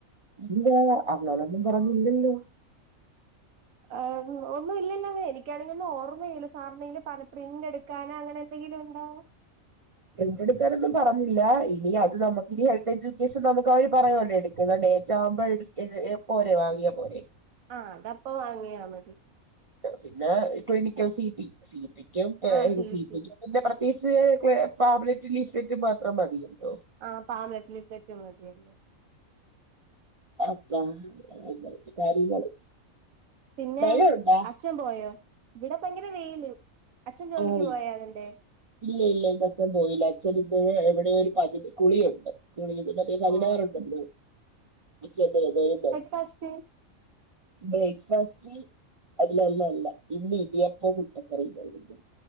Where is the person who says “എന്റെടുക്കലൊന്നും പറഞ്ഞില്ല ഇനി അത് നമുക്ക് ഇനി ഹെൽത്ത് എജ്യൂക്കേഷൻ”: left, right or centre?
Right